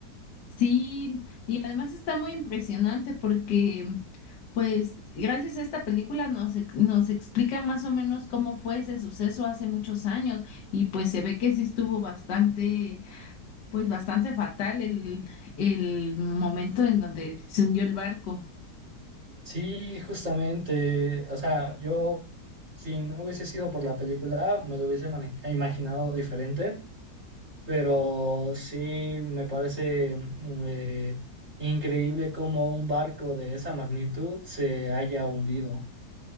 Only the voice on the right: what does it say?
Sí, justamente, o sea, yo si no hubiese sido por la película, me lo hubiese mane- imaginado diferente, pero sí me parece mm, eh, increíble cómo un barco de esa magnitud se haya hundido.